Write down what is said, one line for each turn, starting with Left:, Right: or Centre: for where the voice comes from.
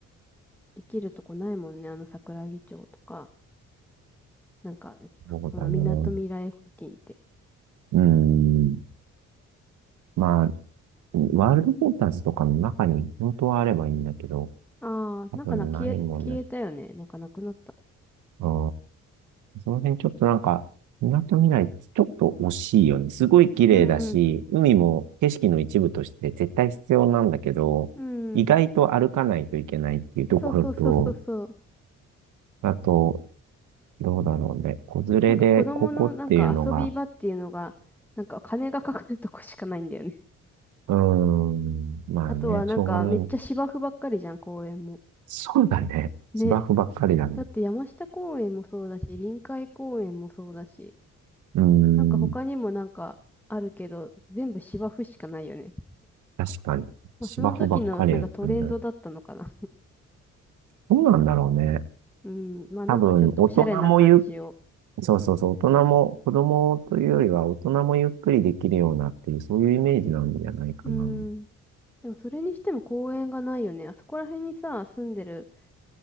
Centre: できるとこないもんね。あの、桜木町とか、なんか、
Right: そうだね。
Centre: その、みなとみらい付近って。
Right: うん。まあ、ワールドフォターズとかの中に本当はあればいいんだけど、
Centre: ああ、
Right: 多分ないもんね。
Centre: なんかな、消え、消えたよね。なんかなくなった。
Right: うん。その辺ちょっとなんか、港未来ってちょっと惜しいよね。すごい綺麗だし、
Centre: うん、うん、
Right: 海も景色の一部として絶対必要なんだけど、
Centre: うん。
Right: 意外と歩かないといけないっていうところと、
Centre: あ、そうそうそうそうそう。
Right: あと、どうだろうね。子連れでここっていうのが、
Centre: なんか子供のなんか遊び場っていうのが、なんか金がかかるとこしかないんだよね。
Right: うーん、まあね、
Centre: あとはなんかめっちゃ芝生ばっかりじゃん、
Right: しょうがない。
Centre: 公園も。
Right: そうだね。
Centre: ね。
Right: 芝生ばっかりだね。
Centre: だって山下公園もそうだし、臨海公園もそうだし、
Right: うーん。
Centre: なんか他にもなんかあるけど、全部芝生しかないよね。
Right: 確かに。
Centre: まあその時のなんかトレンドだったのかな。
Right: 芝生ばっかりやるんだ。どうなんだろうね。
Centre: <laughs> うん。まあなんかちょっとおしゃれな感じを。
Right: 多分、大人もゆっ、そうそうそう、大人も、子供というよりは大人もゆっくりできるようなっていう、そういうイメージなんじゃないかな。
Centre: うん。でもそれにしても公園がないよね。あそこら辺にさ、住んでる、